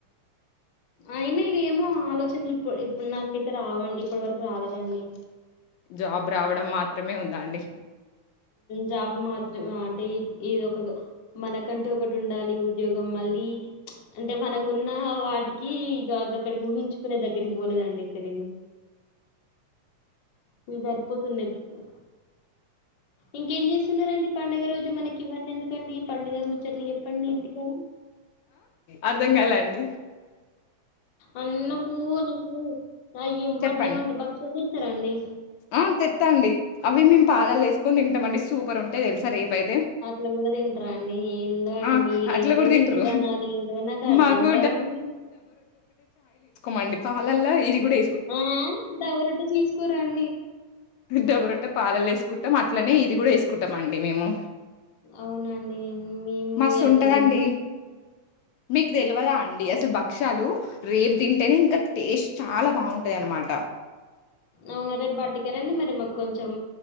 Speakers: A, on the left (about 55°); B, on the left (about 75°).
A: అయినా ఇక ఏమో ఆలోచనలు ఇప్పు ఇప్పుడు నాకైతే రావండి, ఇప్పటి వరకు రాలేదండి.
B: జాబ్ రావడం మాత్రమే ఉందా అండి
A: జాబ్ మాత్రం అంటే ఈ ఇదొ ఒక మనకంటూ ఒకటి ఉండాలి. ఉద్యోగం మళ్ళీ ఉచ్ అంటే మనకున్న వాటికి ఇక అక్కడికి ఊహించుకునే దగ్గరికి పోలేదండి. ఇంకా నేను ఇవి సరిపోతుందిప్పుడు ఇంకేం చేస్తున్నారండి. పండుగ రోజు మనకి నన్ను ఎందుకండి పండుగ ముచ్చట్లే చెప్పండి. ఇంటి కాడ
B: అర్థం కాలండి
A: అన్నకూ నాకు అ ఇవన్నీ
B: చెప్పండి
A: వంట బక్షాలే సరే అండి
B: ఆ తెత్తాన్ది అవి మేము పాలల్లో వేసుకొని తింటామండి సూపర్ ఉంటాయ్ తెలుసా రేపైయ్
A: అట్లా కూడా తింటరా అండి ఏందో అండి
B: ఆ
A: మీరేంటో
B: అట్లా కూడా తింటారు
A: మీ విధానాలు ఏంటో నాకు అర్ధం
B: మాకు
A: కావండి.
B: మండి పాలల్లో ఇది కూడా
A: మావ దవరొట్టె తీసుకోరాం
B: డబరొటేప్ పాలల్లో వేసుకుంటాం అట్లనే ఇది కూడా వేసుకుంటాం అండి మేము
A: అవునండి మేము
B: మసుంటదండి
A: ఎట్లా తినం
B: మీకు తెలవదా అ అండి అసలు భక్ష్యాలు రేపు తింటేనే ఇంకా టేస్ట్ చాలా బాగుంటాయ్ అనమాట
A: అవునా రేపు బాటిక రండి మరి మాకు కొంచెం